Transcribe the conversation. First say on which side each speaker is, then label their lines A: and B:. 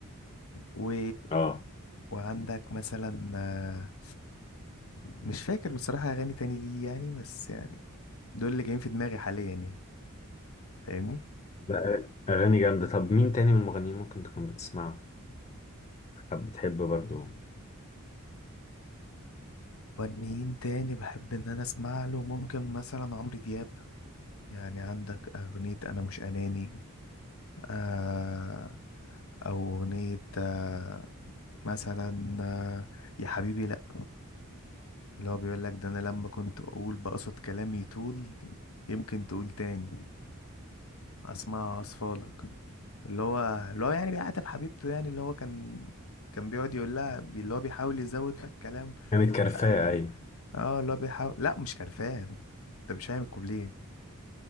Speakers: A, on the left; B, on the left.
A: و...
B: اه
A: وعندك مثلا آه مش فاكر بصراحة أغاني تاني ليه يعني بس يعني دول اللي جايين في دماغي حاليا يعني فاهمني
B: لا اغاني جامده طب مين تاني من المغنيين ممكن تكون بتسمعه حب بتحب برضو
A: مغنيين تاني بحب إن أنا أسمع له ممكن مثلا عمرو دياب يعني عندك أغنية أنا مش أناني آه او اغنية آه مثلا آه يا حبيبي لا اللي هو بيقول لك ده انا لما كنت اقول بقصد كلامي يطول يمكن تقول تاني اسمع اصفالك اللي هو اللي هو يعني بيعاتب حبيبته يعني اللي هو كان كان بيقعد يقول لها بي- اللي هو بيحاول يزود في الكلام
B: كانت كرفاء
A: بقى إيه؟
B: ايوه
A: اه اللي هو بيحاول لا مش كرفان انت مش فاهم الكوبليه